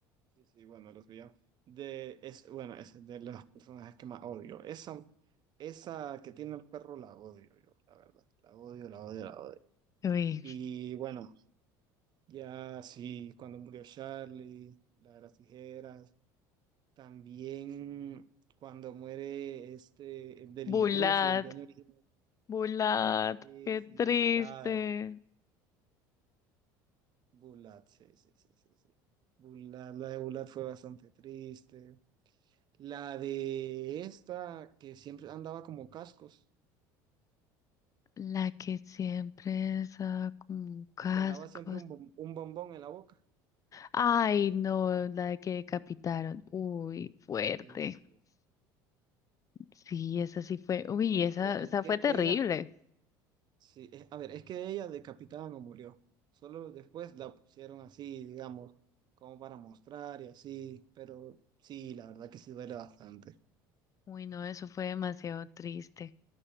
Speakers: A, on the right (about 45°); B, on the left (about 35°).
A: Sí, sí, bueno, los villanos. De, es, bueno, es de los personajes que más odio. Esa, esa que tiene el perro la odio yo, la verdad. La odio, la odio, la odio.
B: Uy,
A: Y bueno. Ya, sí, cuando murió Charlie, la de las tijeras, también cuando muere este, el del
B: Bulat,
A: Impulso, el dueño original,
B: Bulat,
A: sí,
B: qué
A: sí,
B: triste.
A: la de Bulat, sí, sí, sí, sí, sí. Bulat, la de Bulat fue bastante triste. La de esta, que siempre andaba como cascos,
B: La que siempre usaba como cascos.
A: que andaba siempre un, bom- un bombón en la boca.
B: Ay, no, la de que decapitaron. Uy, fuerte.
A: Sí, sí.
B: Sí, esa sí fue. Uy,
A: Bueno,
B: esa,
A: a ver, es
B: esa
A: que
B: fue terrible.
A: ella Sí, es- a ver, es que ella decapitada no murió. Solo después la pusieron así, digamos, como para mostrar y así, pero sí, la verdad que sí duele bastante.
B: Uy, no, eso fue demasiado triste,